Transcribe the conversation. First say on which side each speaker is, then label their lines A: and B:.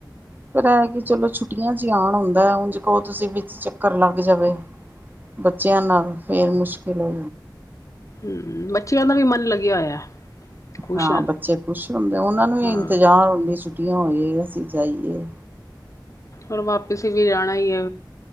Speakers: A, on the right; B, on the left.
A: ਪਰ ਹੈ ਕਿ, ਚਲੋ ਛੁੱਟੀਆਂ ਚ ਹੀ ਆਉਣ ਹੁੰਦਾ, ਉਝ ਕਹੋ, ਤੁਸੀਂ ਵਿੱਚ ਚੱਕਰ ਲੱਗ ਜਾਵੇ ਬੱਚਿਆਂ ਨਾਲ ਫੇਰ ਮੁਸ਼ਕਿਲ ਹ
B: ਹੂ ਬੱਚਿਆਂ ਦਾ ਵੀ ਮਨ ਲੱਗਿਆ ਹੋਇਆ। ਖੁਸ਼
A: ਹਾਂ,
B: ਹਨ
A: ਬੱਚੇ ਖੁਸ਼ ਹੁੰਦੇ, ਉਹਨਾਂ ਨੂੰ ਵੀ
B: ਹਾਂ
A: ਇੰਤਜ਼ਾਰ ਹੁੰਦੀ ਛੁੱਟੀਆਂ, ਹੋ ਜਾਨ ਅਸੀ? ਜਾਈਏ?
B: ਔਰ ਵਾਪਸ, ਵੀ ਜਾਣਾ ਏ?